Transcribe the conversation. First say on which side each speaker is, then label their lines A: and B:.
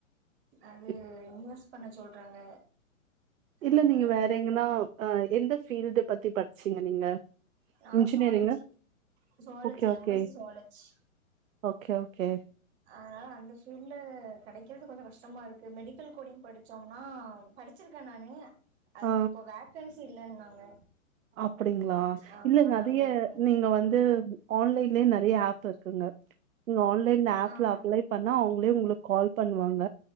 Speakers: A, on the right (about 50°); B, on the right (about 70°).
A: அது
B: இப்
A: இன்வெஸ்ட் பண்ண சொல்றாங்க அதனால
B: இல்ல நீங்க வேற எங்கன்னா அ எந்த ஃபீல்டு பத்தி படிச்சீங்க நீங்க
A: நான்
B: இன்ஜினியரிங்கா?
A: Zoology zoology
B: okay, okay.
A: M S C zoology
B: okay okay
A: அதனால அந்த ஃபீல்ட்ல கெடைக்கிறது கொஞ்சோ கஷ்டமா இருக்கு மெடிக்கல் கோடிங் படிச்சோம்னா படிச்சிருக்கே நானு அதுக்கு
B: ஆ
A: இப்ப வேக்கன்சி இல்லன்னாங்க
B: அப்டிங்களா
A: ஆமா
B: இல்ல
A: அதனால
B: நிறைய
A: வெயிட் பண்ணிட்ருக்கே
B: நீங்க வந்து ஆன்லைன்லே ந நறைய ஆப் இருக்குங்க ஆன்லைன் ஆப்ல
A: ஆ
B: அப்ளை பண்ண அவங்களே உங்களுக்கு கால் பண்ணுவாங்க